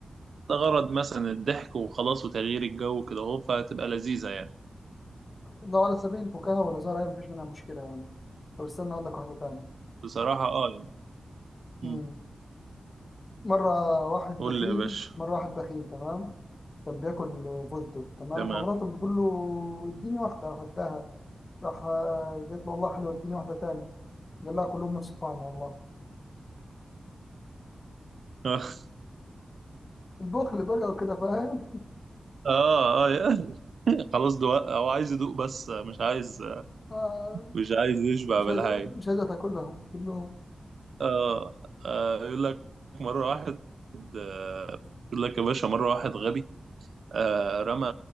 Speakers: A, on the right; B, on the left.
A: لغرض مثلا الضحك وخلاص وتغيير الجو كده اهو فتبقى لذيذه يعني
B: لو على سبيل الفكاهة والهزار أيوة مفيش منها مشكلة يعني طب استنى أقول لك واحدة تانية
A: بصراحه اه يعني.
B: مم.
A: مم.
B: مرة واحد
A: قول
B: بخيل
A: لي يا باشا
B: مرة واحد بخيل تمام كان بياكل فستق تمام
A: تمام
B: فمراته بتقول له اديني واحدة راح اداها راح آه، قالت له والله حلوة اديني واحدة تاني قال لها كلهم نفس الطعم والله
A: <laughs>
B: البخل بقى وكده فاهم
A: اه اه <laughs> خلاص دوق هو عايز يدوق بس مش عايز
B: آه
A: مش عايز يشبع
B: مش
A: بالحاجة
B: عايز مش عايزة تاكلهم كلهم
A: اه آه، يقول لك مرة واحد آه، يقول لك يا باشا مرة واحد غبي آه، رمى